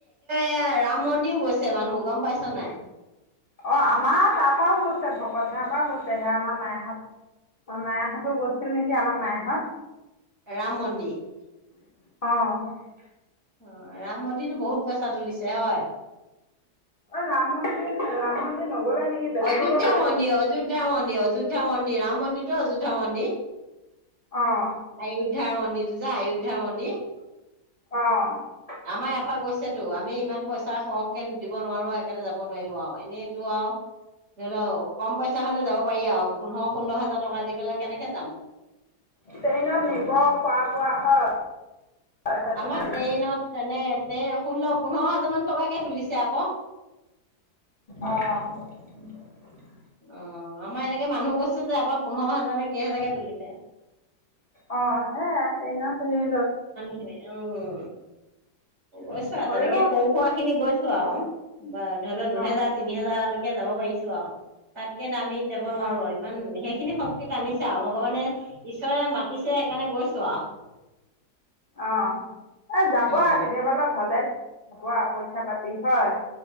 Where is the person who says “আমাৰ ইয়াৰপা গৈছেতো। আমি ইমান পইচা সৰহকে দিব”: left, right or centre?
Right